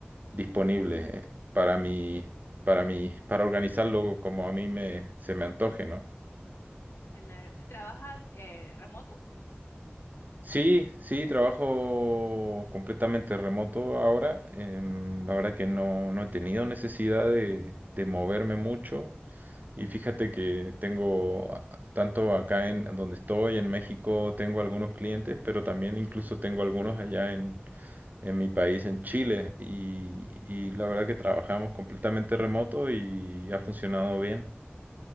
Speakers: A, on the right; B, on the left.
A: disponible eh, para mí, para mí, para organizarlo como a mí me, se me antoje, ¿no?
B: Claro. ¿Trabajas eh, remoto?
A: Sí, sí, trabajo completamente remoto ahora. em, la verdad que no, no he tenido necesidad de, de moverme mucho. Y fíjate que tengo, a- tanto acá en donde estoy, en México, tengo algunos clientes, pero también incluso tengo algunos allá en, en mi país, en Chile. Y, y la verdad que trabajamos completamente remoto y ha funcionado bien.